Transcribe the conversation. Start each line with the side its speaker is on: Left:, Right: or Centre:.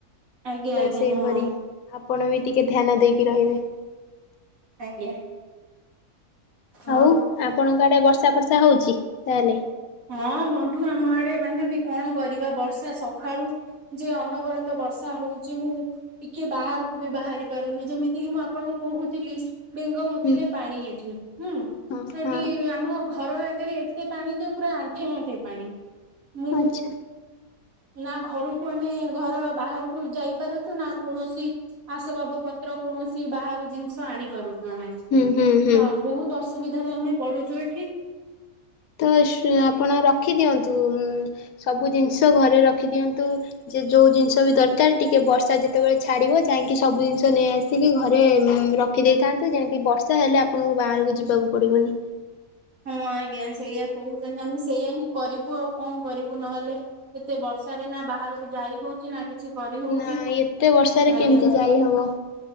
Right: ଆଜ୍ଞା
Left: ତ
Right: ଆଜ୍ଞା
Left: ସେଇପରି
Right: ହଁ।
Left: ଆପଣ ବି ଟିକେ ଧ୍ୟାନ ଦେଇକି ରହିବେ।
Right: ଆଜ୍ଞା।
Left: ହଉ
Right: ଆଉ
Left: ଆପଣଙ୍କ ଆଡେ ବର୍ଷା ବର୍ଷା ହଉଛି ତାହେଲେ।
Right: ହଁ ବନ୍ଧୁ ଆମ ଆଡେ ବାନ୍ଧବୀ କଣ କରିବା ବର୍ଷା ସକାଳୁ ଯେ ଅନବରତ ବର୍ଷା ହଉଛି ମୁଁ ଟିକେ ବାହାରକୁ ବି ବାହାରି ପାରୁନି ଯେମିତି କିି ମୁଁ ଆପଣଙ୍କୁ କହୁଥିଲି ବେଙ୍ଗ ମୁତିଲେ
Left: ହୁଁ
Right: ପାଣି ଏଠି। ହୁଁ
Left: ହଁ
Right: ସେଠି
Left: ହଁ
Right: ଆମ ଘର ଆଗରେ ଏତେ ପାଣି ଯେ ପୁରା ଆଣ୍ଠେ ଆଣ୍ଠେ ପାଣି। ମୁଁ
Left: ଆଚ୍ଛା
Right: ନା ଘରକୁ ଆମେ ଘର ବାହାରକୁ ଯାଇପାରୁଛୁ ନା କୌଣସି ଆସବାବ ପତ୍ର କୌଣସି ବାହାରୁ ଜିନିଷ ଆଣି କରୁ ହଁ
Left: ହୁଁ ହୁଁ ହୁଁ
Right: ବହୁତ ଅସୁବିଧାରେ ଆମେ ପଡୁଛୁ ଏଠି
Left: ତ
Right: କଣ
Left: ଆପଣ ରଖିଦିଅନ୍ତୁ। ସବୁ ଜିନିଷ ଘରେ ରଖିଦିଅନ୍ତୁ ଯେ ଯୋଉ ଜିନିଷ ବି ଦରକାର ଟିକେ ବର୍ଷା ଯେତେବେଳେ ଛାଡିବ ଯାଇ କାହିଁକି ସବୁ ଜିନିଷ ନେଇଆସିକି ଘରେ ରଖିଦେଇଥାନ୍ତୁ ଯେମିତି ବର୍ଷା ହେଲେ ଆପଣଙ୍କୁ ବାହାରକୁ ଯିବାକୁ ପଡ଼ିବନି।
Right: ହଁ, ଆଜ୍ଞା। ସେଇଆ କହୁଛନ୍ତି ଆମେ ସେଇଆ ହିଁ କରିବୁ ଆଉ କଣ କରିବୁ ନହେଲେ କେତେ ବ ବର୍ଷାରେ ନା ବାହାରକୁ ଯାଇ ହଉଛି ନା କିଛି କରି ହଉଛି
Left: ନା, ଏତେ ବର୍ଷାରେ
Right: ଆଜ୍ଞା
Left: କେମିତି ଯାଇ ହବ।